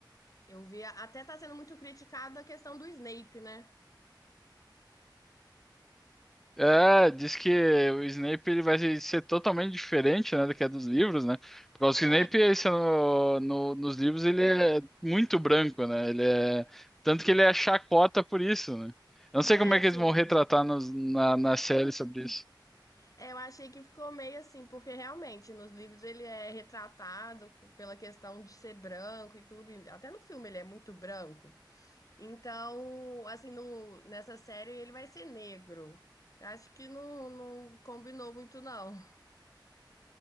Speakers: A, on the left; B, in the centre.
A: eu vi até tá sendo muito criticada a questão do Snape, né?
B: É, diz que o Snape ele vai ser totalmente diferente, né, do que é dos livros, né? Porque o Snape,
A: É,
B: esse é no, no- nos livros, ele é muito branco, né? Ele é... Tanto que ele é chacota por isso, né? Eu não
A: é
B: sei como
A: assim.
B: é que eles vão retratar nos- na, na série sobre isso.
A: É, eu achei que ficou meio assim, porque realmente nos livros ele é retratado pela questão de ser branco e tudo, e até no filme ele é muito branco. Então, assim, no, nessa série ele vai ser negro. Eu acho que não, não combinou muito, não.